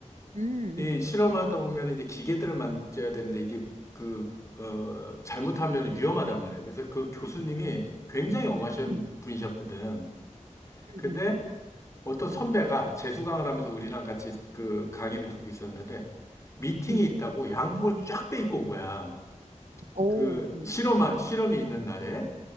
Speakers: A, on the right (about 65°); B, on the left (about 25°).
A: 음,
B: 이 실험하다 보면 이제 기계들을 만져야 되는데 이게 그 어, 잘못하면 위험하단 말이야. 그래서 그 교수님이 굉장히 엄하신
A: 음,
B: 분이셨거든. 근데
A: 음, 음,
B: 어떤 선배가 재수강을 하면서 우리랑 같이 그 강의를 듣고 있었는데 미팅이
A: 음.
B: 있다고 양복을 쫙 빼입고 온 거야.
A: 오,
B: 그
A: 음,
B: 실험한 실험이 있는 날에.